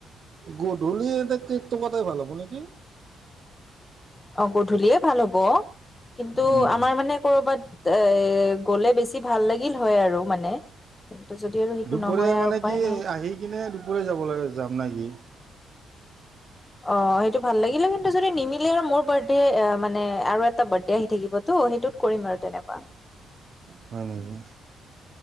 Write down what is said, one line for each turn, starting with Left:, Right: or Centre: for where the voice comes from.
Right: গধূলি এতিয়া কেটতো ভাল হ'ব নেকি?
Left: অ' গধূলিয়ে ভাল হ'ব। ব কিন্তু
Right: উম
Left: আমাৰ মানে কৰ'বাত এ গ'লে বেছি বেছি ভাল লাগিল হয় আৰু মানে যদি আৰু সেইটো
Right: দুপৰীয়া
Left: নহয়
Right: মানে
Left: আৰু উপায়
Right: কি
Left: নাই
Right: আহি কিনে দুপৰীয়া যাবলৈ যাম না কি হয় <inaudible>
Left: অ' সেইটো ভাল লাগিলে কিন্তু যদি নিমিলে আৰু মোৰ বাৰ্থডে মানে আৰু এটা বাৰ্থডে আহি থাকিবতো সেইটোত কৰিম আৰু তেনেকুৱা।
Right: হয় নেকি?